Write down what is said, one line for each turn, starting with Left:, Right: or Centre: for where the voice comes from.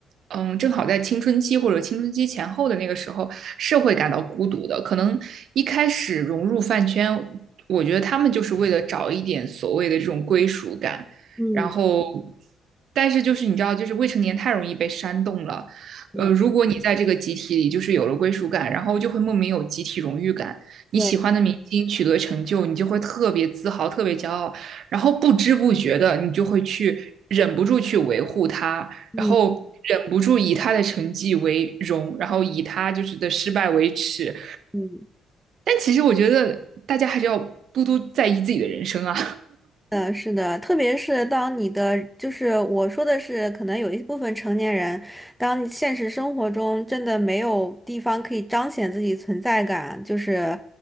Right: 嗯，正好在青春期或者青春期前后的那个时候，是会感到孤独的。可能一开始融入饭圈，我觉得他们就是为了找一点所谓的这种归属感，
Centre: 嗯，
Right: 然后。但是就是你知道，就是未成年太容易被煽动了，
Centre: 对
Right: 呃，如果你在这个集体里就是有了归属感，然后就会莫名有集体荣誉感。你喜欢的明星取得成就，
Centre: 对，
Right: 你就会特别自豪、特别骄傲，然后不知不觉的你就会去忍不住去维护他，
Centre: 嗯
Right: 然后忍不住以他的成绩为荣，然后以他就是的失败为耻。
Centre: 嗯。
Right: 但其实我觉得大家还是要多多在意自己的人生啊。
Centre: 嗯，是的，特别是当你的，就是我说的是，可能有一部分成年人，当现实生活中真的没有地方可以彰显自己存在感，就是，